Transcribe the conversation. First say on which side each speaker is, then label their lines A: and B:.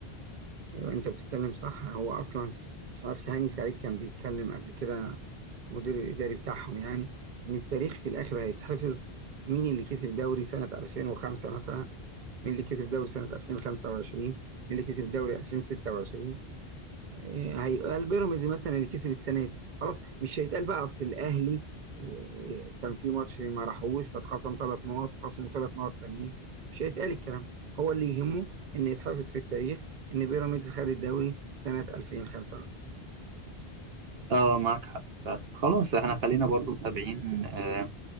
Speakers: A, on the right; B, on the right.
A: ايوه انت بتتكلم صح هو اصلا مش عارف هاني سعيد كان بيتكلم قبل كده المدير الاداري بتاعهم يعني ان التاريخ في الاخر هيتحفظ مين اللي كسب دوري سنه 2005 مثلا مين اللي كسب دوري سنه 2025 مين اللي كسب دوري 2026 إيه، هيقال بيراميدز مثلا اللي كسب السنه دي خلاص مش هيتقال بقى اصل الاهلي إيه، كان في ماتش ما راحوش فاتخصم ثلاث نقط وخصموا ثلاث نقط تانيين مش هيتقال الكلام ده هو اللي يهمه ان يتحفظ في التاريخ ان بيراميدز خد الدوري سنه 2005
B: اه معاك حق فعلا خلاص احنا خلينا برضو متابعين آه،